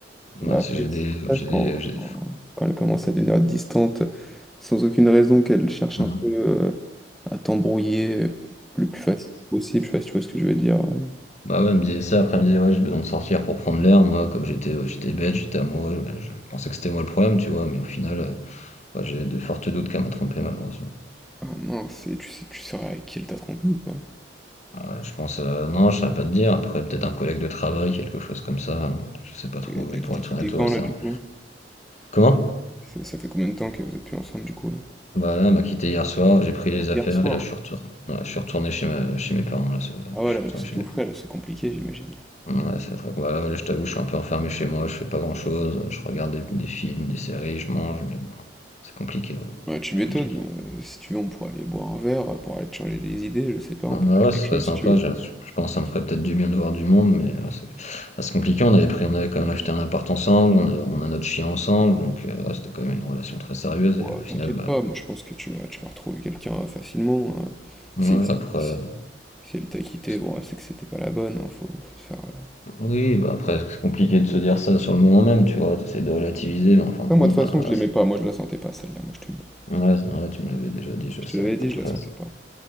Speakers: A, on the left (about 40°); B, in the centre.
A: Bah,
B: bah après,
A: c'est- j'ai des,
B: c'est ça,
A: j'ai
B: quand,
A: des, j'ai des...
B: quand, quand elle commence à devenir distante, sans aucune raison, qu'elle cherche
A: Ouais.
B: un peu euh, à t'embrouiller euh, le plus facile possible, je sais pas si tu vois ce que je veux dire. ouais.
A: Bah ouais, elle me disait ça, après elle me disait ouais j'ai besoin de sortir pour prendre l'air, moi comme j'étais euh, j'étais bête, j'étais amoureux, bah, je pensais que c'était moi le problème, tu vois, mais au final, euh, Bah, j'ai de fortes doutes qu'elle m'a trompé malheureusement.
B: Ah mince, et tu sais, tu sauras avec qui elle t'a trompé ou pas?
A: Ah, je pense, euh, non, je saurais pas te dire. Après, peut-être un collègue de travail, quelque chose comme ça. hein. Je sais pas trop,
B: Et
A: mais
B: elle
A: pour
B: t'a
A: être
B: quitté
A: honnête,
B: quand
A: ouais, c'est
B: là
A: un
B: du
A: peu.
B: coup?
A: Comment?
B: C'est- Ça fait combien de temps que vous êtes plus ensemble du coup là?
A: Bah là, elle m'a quitté hier soir, j'ai pris les
B: Ah,
A: affaires
B: Hier soir.
A: et là, je suis retourné. Ouais, je suis retourné chez, ma- chez mes parents. Là, ce-
B: Ah voilà,
A: je suis retourné
B: c'est
A: chez
B: tout
A: mes
B: frais,
A: parents.
B: là, c'est compliqué, j'imagine.
A: Ouais, c'est vrai que, bah, là, je t'avoue, je suis un peu enfermé chez moi, je fais pas grand-chose. Je regarde des, des films, des séries, je mange, mais bon, c'est compliqué, ouais.
B: ouais tu
A: C'est
B: m'étonnes,
A: compliqué.
B: heu, si tu veux, on pourrait aller boire un verre, euh, pour aller te changer les idées, je sais pas, on
A: Ouais,
B: peut
A: ouais,
B: faire
A: ouais,
B: quelque
A: ce serait
B: chose
A: sympa.
B: si tu
A: Je,
B: veux.
A: je pense que ça me ferait peut-être du bien de voir du monde, mais ouais, c'est ah, c'est compliqué. On avait pris, on avait quand même acheté un appart ensemble, on a, on a notre chien ensemble, donc euh, ouais, c'était quand même une relation très sérieuse.
B: Ouah,
A: Et au final,
B: t'inquiète
A: bah,
B: pas, moi je pense que tu vas tu vas retrouver quelqu'un euh, facilement, heu, si
A: ouais,
B: si
A: après,
B: si si elle t'a quitté,
A: c'est-
B: bon, c'est que c'était pas la bonne, hein, faut faut se faire, heu
A: oui, bah après, c'est compliqué de se dire ça sur le moment même, tu vois. T'essayes de relativiser, mais en fin de
B: non,
A: compte,
B: moi de toute
A: bah,
B: façon, je l'aimais
A: c'est-
B: pas, moi je la sentais pas celle-là, moi je te le dis.
A: ouais, c'est- ouais, tu me l'avais déjà dit, je
B: Je
A: sais.
B: te l'avais dit,
A: Après,
B: je la sentais
A: c'est-
B: pas.